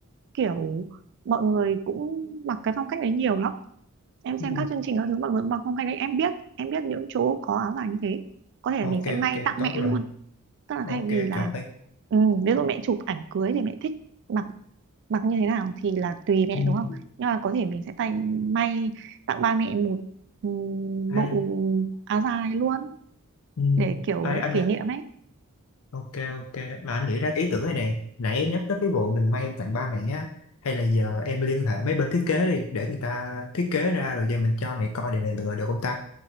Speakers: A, on the right; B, on the left.
A: kiểu mọi người cũng mặc cái phong cách đấy nhiều lắm. em xem
B: Ừ.
A: các chương trình các thứ bằng lụa bọc không cái đấy em biết em biết những chỗ có áo dài như thế có thể
B: ok
A: là mình sẽ may
B: ok
A: tặng
B: tốt
A: mẹ
B: rồi
A: luôn tức là
B: ok
A: thay vì là
B: trời
A: ừ, ví dụ mẹ chụp ảnh cưới thì mẹ thích mặc mặc như thế nào thì là tùy mẹ
B: ừ.
A: đúng không nhưng mà có thể mình sẽ tay may tặng ba mẹ một ừ,
B: ai
A: bộ áo dài luôn
B: ừ.
A: để kiểu
B: ai anh
A: kỷ
B: ạ
A: niệm ấy
B: ok ok mà anh nghĩ ra cái ý tưởng này nè nãy em nhắc tới cái vụ mình may tặng ba mẹ á hay là giờ em liên hệ mấy bên thiết kế đi để người ta thiết kế ra rồi giờ mình cho mẹ coi để mẹ lựa được không ta